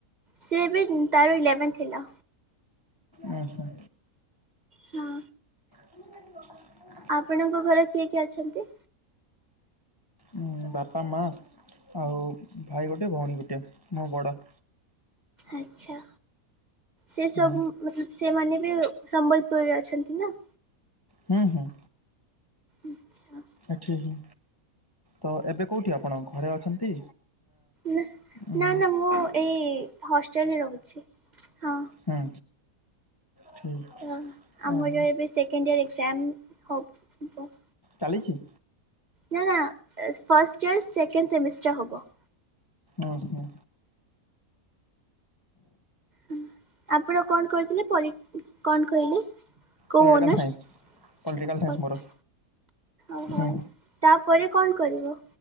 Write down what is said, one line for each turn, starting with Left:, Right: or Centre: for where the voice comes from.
Right: ସିଏବି ତାର ଇଲେଭେନ୍ ଥିଲା।
Left: ଉଁ ହୁଁ।
Right: ହଁ।
Left: କି
Right: ଆପଣଙ୍କ ଘରେ କିଏ କିଏ ଅଛନ୍ତି।
Left: ଉଁ ଉଁ ବାପା ମା ଆଉ ଭାଇ ଗୋଟେ ଭଉଣୀ ଗୋଟେ ମୁଁ ବଡ଼।
Right: ଆଛା ଶେସବୁ
Left: ହଁ
Right: ମା ସେମାନେ ବି ସମ୍ବଲପୁରରେ ଅଛନ୍ତିନା।
Left: ହୁଁ ହୁଁ।
Right: ଆଚ୍ଛା।
Left: ଏଠିହି ତ ଏବେ କୋଉଠି ଆପଣ ଘରେ ଅଛନ୍ତି
Right: ନା,
Left: ଉଁ
Right: ନା ନା ମୁଁ ଏଇ ହଷ୍ଟେଲରେ ରହୁଛି, ହଁ।
Left: ହୁଁ। ଠିକ୍
Right: ତ ଆମର
Left: ଓହୋ
Right: ଏବେ ସେକେଣ୍ଡ ଇୟର ଏକ୍ଜାମ ହବ୍ ବ।
Left: ଚାଲିଛି?
Right: ନା ନା ଫାଷ୍ଟ ଇୟର ସେକେଣ୍ଡ ସେମିଷ୍ଟାର ହବ।
Left: ଉଁ ହୁଁ।
Right: ହଁ ଆପଣ କଣ କରିଥିଲେ ପରି, କଣ କହିଲେ? କୋଉ
Left: political
Right: honours,
Left: science political science
Right: ପଲ୍
Left: ମୋର
Right: ଓହୋ।
Left: ହୁଁ
Right: ତାପରେ କଣ କରିବ,